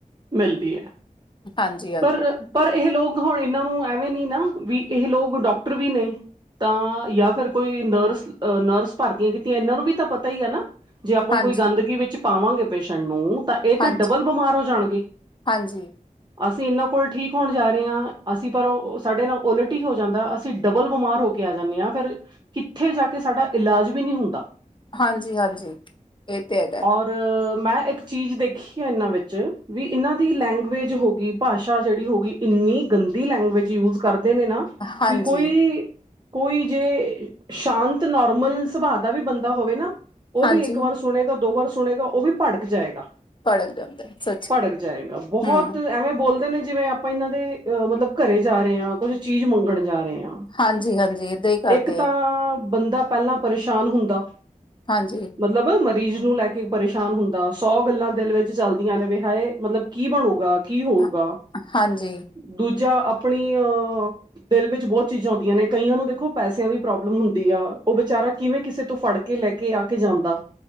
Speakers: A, on the right (about 30°); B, on the left (about 35°).
A: ਮਿਲਦੀ ਐ।
B: ਹਾਂਜੀ।
A: ਪਰ ਪਰ ਏਹ ਲੋਗ ਹੁਣ ਏਨਾਂ ਨੂੰ ਐਵੇਂ ਨੀ ਨਾ ਵੀ ਇਹ ਲੋਗ ਡਾਕਟਰ ਵੀ ਨੇ। ਤਾਂ ਯਾ ਫੇਰ ਕੋਈ ਨਰਸ- ਨਰਸ ਭਰਤੀਆਂ ਕੀਤੀਆਂ ਏਨਾਂ ਨੂੰ ਵੀ ਤਾਂ ਪਤਾ ਈ ਏ ਨਾ। ਜੇ ਆਪਾਂ
B: ਹਾਂਜੀ
A: ਕੋਈ ਗੰਦਗੀ ਵਿੱਚ ਪਾਵਾਂਗੇ ਪੇਸ਼ੈਂਟ ਨੂੰ ਤਾਂ ਏ ਤਾਂ
B: ਹਾਂਜੀ
A: ਡਬਲ ਬਮਾਰ ਹੋ ਜਾਣਗੇ।
B: ਹਾਂਜੀ।
A: ਅਸੀਂ ਏਨਾਂ ਕੋਲ ਠੀਕ ਹੋਣ ਜਾ ਰੇ ਆਂ। ਅਸੀਂ ਪਰ ੳਹ ਸਾਡੇ ਨਾਲ ਉਲਟ ਈ ਹੋ ਜਾਂਦਾ ਅਸੀਂ ਡਬਲ ਬਮਾਰ ਹੋ- ਕੇ ਆ ਜਾਂਨੇ ਆਂ ਫੇਰ ਕਿੱਥੇ ਜਾ ਕੇ ਸਾਡਾ ਇਲਾਜ ਵੀ ਨੀ ਹੁੰਦਾ।
B: ਹਾਂਜੀ ਹਾਂਜੀ ਏ ਤੇ ਹੈਗਾ।
A: ਔਰ ਮੈਂ ਏਕ ਚੀਜ਼ ਦੇਖੀ ਆ ਏਨਾਂ ਵਿੱਚ ਵੀ ਇਨਾਂ ਦੀ ਲੈਂਗੁਏਜ ਹੋ ਗ- ਗੀ ਭਾਸ਼ਾ ਜੇੜੀ ਹੋਗੀ ਇੰਨੀ ਗੰਦੀ ਲੈਂਗੁਏਜ ਯੂਜ ਕਰਦੇ ਨੇ ਨਾ
B: ਹਾਂਜੀ
A: ਵੀ ਕੋਈ- ਕੋਈ ਜੇ ਸ਼ਾਂਤ ਨੋਰਮਲ ਸੁਭਾ ਦਾ ਵੀ ਬੰਦਾ ਹੋਵੇ ਨਾ- ਓਹ
B: ਹਾਂਜੀ
A: ਵੀ ਇੱਕ ਵਾਰ ਸੁਣੇਗਾ ਦੋ ਵਾਰ ਸੁਣੇਗਾ ਓਹ ਵੀ ਭੜਕ ਜਾਏਗਾ।
B: ਭੜਕ ਜਾਂਦਾ ਹੈ ਸੱਚੀ
A: ਭੜਕ ਜਾਏਗਾ ਬੋਹਤ-
B: ਹੂੰ
A: ਐਵੇਂ ਬੋਲਦੇ ਨੇ ਜਿਵੇਂ ਆਪਾਂ ਏਨਾਂ ਦੇ ਅ ਮਲਬ ਘਰੇ ਜਾ ਰੇ ਆਂ ਕੁੱਝ ਚੀਜ਼ ਮੰਗਣ ਜਾ ਰੇ ਆਂ।
B: ਹਾਂਜੀ ਹਾਂਜੀ ਏਦਾਂ ਹੀ ਕਰਦੇ
A: ਇੱਕ ਤਾਂ
B: ਆ
A: ਬੰਦਾ ਪਹਿਲਾਂ ਪਰੇਸ਼ਾਨ ਹੁੰਦਾ।
B: ਹਾਂਜੀ
A: ਮਲਬ ਮਰੀਜ਼ ਨੂੰ ਲੈ ਕੇ ਪਰੇਸ਼ਾਨ ਹੁੰਦਾ ਸੌ ਗੱਲਾਂ ਦਿਲ ਵਿੱਚ ਚੱਲਦੀਆਂ ਨੇ ਵੀ ਹਾਏ ਮਲਬ ਕੀ ਬਣੂਗਾ। ਕੀ ਹੋਊਗਾ।
B: ਹਾਂ, ਹਾਂਜੀ।
A: ਦੂਜਾ ਅਪਣੀ ਅ- ਦਿਲ ਵਿੱਚ ਬੋਤ ਚੀਜ਼ਾਂ ਆਦੀਆਂ ਨੇ ਕਈਆਂ ਨੂੰ ਦੇਖੋ ਪੈਸਿਆਂ ਦੀ ਪ੍ਰੋਬਲਮ ਹੁੰਦੀ ਆ ਓਹ ਵਿਚਾਰਾ ਕਿਵੇਂ ਕਿਸੇ ਤੋਂ ਫੜ ਕੇ- ਕੇ ਲੈ ਕੇ ਆ ਕੇ ਜਾਂਦਾ।